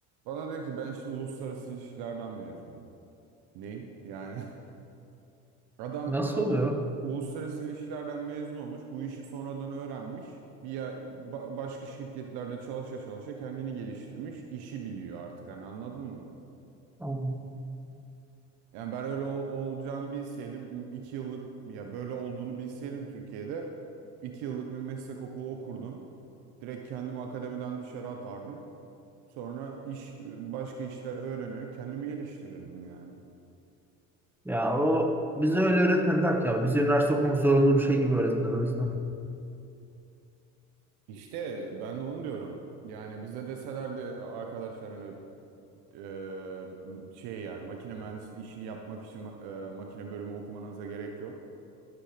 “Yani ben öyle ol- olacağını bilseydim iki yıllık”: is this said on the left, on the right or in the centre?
Right